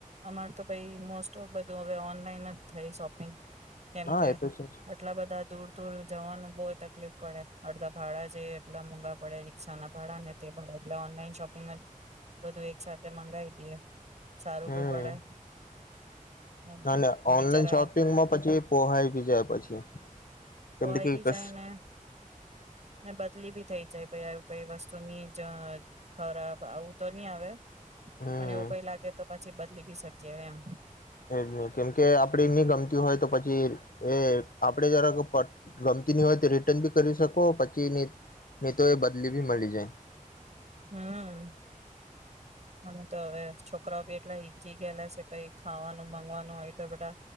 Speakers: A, on the right (about 55°); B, on the left (about 80°).
A: અમાર તો ભાઈ મોસ્ટ ઓફ બધું હવે ઓનલાઈન જ થઈ શોપ પિંગ કેમ
B: હા
A: કે
B: એ તો છે
A: આટલા બધા દૂર દૂર જવાનું બહુ તકલીફ પડે અડધા ભાડા છે એટલા મોંઘા પડે રિક્ષા ના ભાડા ને તે ભાડા એટલે ઓનલાઈન શોપિંગ જ, બધું એક સાથે તે મંગાઈદીએ. સારું
B: હમ
A: ભી પડે. એમ
B: અને
A: ને
B: ઓનલાઈન
A: બિચારા
B: શોપિંગમાં પછી પોહાઈ જાય પછી.
A: પોહાઈ
B: કેમ કે
A: બી
B: કસ
A: જાય ને, ને બદલી બી થઈ જાય આવ કઈ વસ્તુની જ ખરાબ આવું તો નઈ આવે.
B: હમ
A: પણ એવું કઈ લાગે તો પછી લેવી શકીયા એમ.
B: એજ ન કેમકે આપે નઈ ગમતી હોય તો પછી એ આપણેે જરા ગમતી નહી હોય તો રિટર્ન બી કરી શકો પછીની, નહી તો એ બદલી ભી મળી જાય.
A: હમ. હમ તો હવે છોકરા બી એટલા હઈ કી ગયલા છે કઈ ખાવાનું માંગવાનું હોય તો બધા